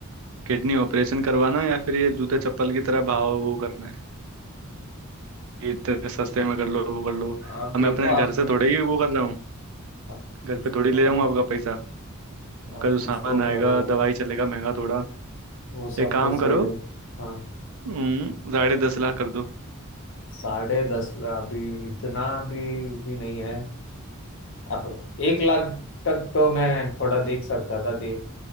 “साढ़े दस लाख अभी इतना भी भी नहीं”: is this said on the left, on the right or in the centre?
Left